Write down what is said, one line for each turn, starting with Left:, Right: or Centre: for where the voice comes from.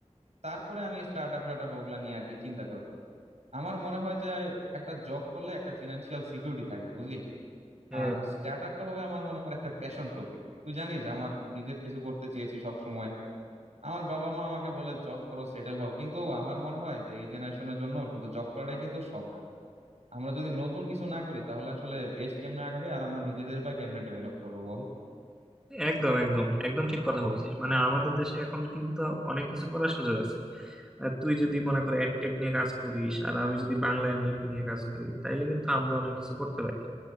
Right: তারপরে আমি স্টার্ট আপ টার্ট ওগুলা নিয়ে আর কি চিন্তা করব আমার মনে হয় যে একটা জব করলে একটা ফিনান্সিয়াল সিকিউরিটি থাকবে বুঝলি
Centre: হ্যাঁ
Right: আর স্টার্ট আপটা হবে আমার মনে কর একটা প্যাশন প্রজেক্ট তুই জানিস আমার নিজের কিছু করতে চেয়েছি সব সময় আমার বাবা মা আমাকে বলে জব করো সেটেল হও কিন্তু আমার মনে হয় যে এই জেনারেশনের জন্য শুধু জব করাটাই কিন্তু সব না আমরা যদি নতুন কিছু না করি তাহলে আসলে দেশ কেমনে আগাবে আর আমরা নিজেদের বা কেমনে ডেভেলপ করবো বল
Centre: একদম একদম একদম ঠিক কথা বলছিস মানে আমাদের দেশে এখন কিন্তু অনেক কিছু করার সুযোগ আছে আর তুই যদি মনে কর এডটেক নিয়ে কাজ করিস আর আমি যদি বাংলা এনএলপি নিয়ে কাজ করি তাইলে কিন্তু আমরা অনেক কিছু করতে পারি